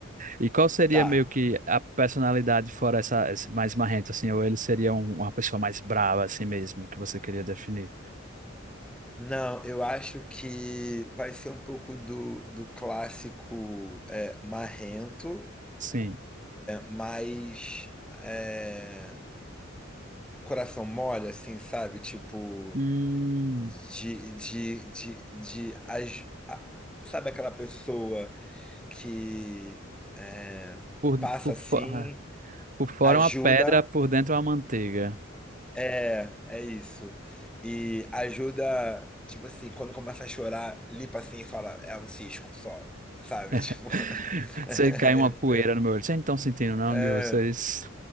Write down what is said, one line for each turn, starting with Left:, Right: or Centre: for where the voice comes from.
Right: E qual seria
Centre: Tá.
Right: meio que a personalidade fora essa, esse mais marrento, assim? Ou ele seria um- uma pessoa mais brava, assim mesmo, que você queria definir?
Centre: Não, eu acho que vai ser um pouco do, do clássico é, marrento.
Right: Sim.
Centre: mas é, coração mole, assim, sabe? Tipo,
Right: Hum,
Centre: de, de, de, de, as- a- sabe aquela pessoa que é,
Right: por,
Centre: passa
Right: por,
Centre: assim,
Right: fo- ah, por fora
Centre: ajuda,
Right: uma pedra, por dentro uma manteiga.
Centre: é, é isso. E ajuda, tipo assim, quando começa a chorar, limpa assim e fala, é um cisco só, sabe?
Right: <laughs>
Centre: Tipo, <laughs>
Right: Você cai uma poeira no meu olho. Vocês não estão sentindo, não,
Centre: é,
Right: de vocês?